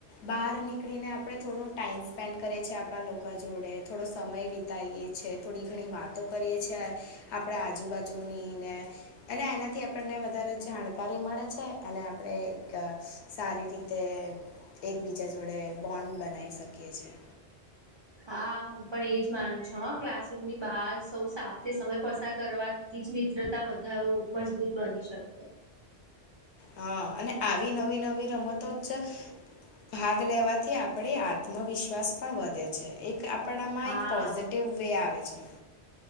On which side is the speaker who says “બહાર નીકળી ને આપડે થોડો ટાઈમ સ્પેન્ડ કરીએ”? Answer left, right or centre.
Left